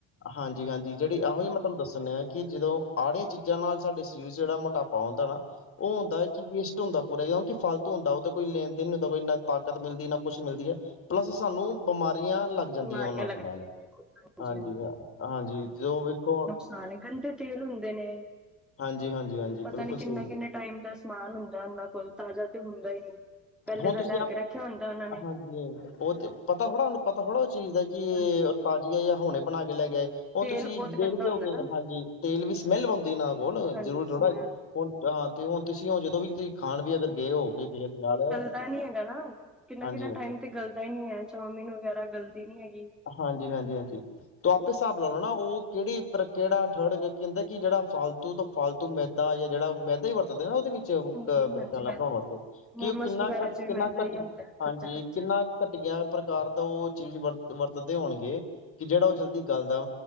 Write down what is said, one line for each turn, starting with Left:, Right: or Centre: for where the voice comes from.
Left: ਹਾਂਜੀ ਹਾਂਜੀ ਜਿਹੜੀ
Centre: ਹਾਂਜੀ-ਹਾਂਜੀ।
Left: ਇਹੋ ਜਹੀ ਮਤਲਬ। ਤੁਹਾਨੂੰ ਦੱਸਣੇ ਆ ਕਿ ਜਦੋਂ ਆੜੀਆਂ ਚੀਜ਼ਾਂ ਨਾਲ ਸਾਡੇ ਸਰੀਰ ਚ ਜਿਹੜਾ ਮੋਟਾਪਾ ਹੁੰਦਾ ਨਾ। ਉਹ ਹੁੰਦਾ ਹੈ ਕਿ ਵੀ ਦਾ ਪੂਰਾ ਕਿਉੰਕਿ ਫਾਲਤੂ ਹੂਦਾ ਉਹ ਕੋਈ ਲੈਣ ਦੇਨ ਨੀ ਹੁੰਦਾ ਬਾਈ ਨਾ ਤਾਕਤ ਮਿਲਦੀ ਨਾ ਕੋ ਕੁਛ ਮਿਲਦੀ ਹੈ। ਪਲੱਸ ਸਾਨੂੰ ਬਿਮਾਰੀਆਂ ਲੱਗ। ਜਾਂਦੀਆਂ
Centre: ਬਿਮਾਰੀਆਂ
Left: ਉਹਨਾਂ
Centre: ਲੱਗਦੀਆਂ
Left: ਦੇ ਨਾਲ
Centre: ਬਿਲਕੁਲ। ਹਾਂਜੀ-ਹਾਂਜੀ।
Left: ਹਾਂਜੀ-ਹਾਂਜੀ ਜੋ ਵੇਖੋ।
Centre: ਹਾਂ ਗੰਦੇ ਤੇਲ ਹੁੰਦੇ ਨੇ
Left: ਹਾਂਜੀ-ਹਾਂਜੀ-ਹਾਂਜੀ
Centre: ਪਤਾ
Left: ਬਿਲਕੁਲ
Centre: ਨੀ
Left: ਸਹੀ
Centre: ਕਿੰਨਾ ਕਿੰਨੇ ਟਾਈਮ ਦੱਸ ਸਮਾਨ ਹੁੰਦਾ ਉਹਨਾਂ ਕੋਲ ਤਾਜ਼ਾ ਤੇ ਹੁੰਦਾ ਹੀ ਨਹੀਂ
Left: ਹੈ
Centre: ਪਹਿਲੇ
Left: ਹੁਣ
Centre: ਤਾਂ
Left: ਤੁਸੀਂ
Centre: ਲੈ ਕੇ ਰੱਖਿਆ ਹੁੰਦਾ ਉਹਨਾਂ ਨੇ।
Left: ਹਾਂਜੀ ਉਹ ਤੇ ਪਤਾ ਥੋੜਾ ਉਹਨੂੰ ਪਤਾ ਥੋੜ੍ਹਾ ਉਹ ਚੀਜ਼ ਦਾ ਕਿ
Centre: ਹਾਂਜੀ।
Left: ਤਾਜ਼ੀਆ ਜਾਂ ਹੋਣੇ ਬਣਾ ਕੇ ਲੈ ਕੇ ਆਏ। ਹੁਣ
Centre: ਤੇਲ
Left: ਤੁਸੀਂ
Centre: ਬਹੁਤ
Left: ਦੇੇਖਦੇ
Centre: ਗੰਦਾ
Left: ਹੋਗੇ
Centre: ਹੁੰਦਾ ਨਾ।
Left: ਹਾਂਜੀ ਤੇਲ ਵੀ ਸਮੈਲ ਆਉਂਦੀ ਨਾਲ ਕੋਲ
Centre: ਹਾਂਜੀ
Left: ਜ਼ਰੂਰ ਥੋੜਾ
Centre: ਸਮੈਲ
Left: ਜੀ ਹੁਣ। ਹਾਂ ਤੇ ਹੁਣ ਤੁਸੀਂ ਉਹ ਜਦੋਂ ਵੀ ਤੁਸੀਂ ਖਾਣ ਵੀ ਅਗਰ ਅ ਗਏ ਹੋਗੇ ਕਿਸੇ ਦੇ ਨਾਲ।
Centre: ਅ ਨੀ ਹੈਗਾ ਨਾ ਕਿੰਨਾ
Left: ਹਾਂਜੀ
Centre: ਕਿੰਨਾ ਟਾਈਮ ਤੇ ਗਲਦਾ ਹੀ ਨੀ ਹੈ ਚੌਮਿਨ ਵਗੈਰਾ ਗਲਦੀ ਨੀ ਹੈਗੀ।
Left: ਹਾਂਜੀ-ਹਾਂਜੀ-ਹਾਂਜੀ। ਤ ਆਪੇ ਹਿਸਾਬ ਲਾ ਲਓ ਨਾ ਉਹ ਕਿਹੜੀ ਕਿਹੜਾ ਥਰਡ ਕਹਿੰਦਾ ਕਿ ਜਿਹੜਾ ਫਾਲਤੂ ਤੋਂ ਫਾਲਤੂ। ਤੂੰ ਮੈਦਾ ਜਾਂ ਜਿਹੜਾ ਮੈਦਾ ਹੀ ਵਰਤਦੇ ਨਾ ਉਹਦੇ ਵਿੱਚ। ਮੇਰੇ
Centre: ਹਾਂਜੀ-ਹਾਂਜੀ।
Left: ਖਿਆਲ ਨਾਲ ਬਣਾਉਣ ਵਾਸਤੇ ਕਿ
Centre: ਮੋਮੋਸ
Left: ਉਹ ਕਿੰਨਾ
Centre: ਵਗੈਰਾ
Left: ਘੱਟ
Centre: ਚ ਵੀ
Left: ਕਿੰਨਾ
Centre: ਮੈਦਾ
Left: ਘੱਟ
Centre: ਹੀ ਹੁੰਦਾ ਕੱਚਾ-ਕੱਚਾ।
Left: ਹਾਂਜੀ ਕਿੰਨਾ। ਘਟੀਆ ਪ੍ਰਕਾਰ ਦਾ ਉਹ ਚੀਜ਼ ਵਰ ਵਰਤਦੇ ਹੋਣਗੇ ਕਿ ਜਿਹੜਾ ਉਹ ਜਲਦੀ ਗਲਦਾ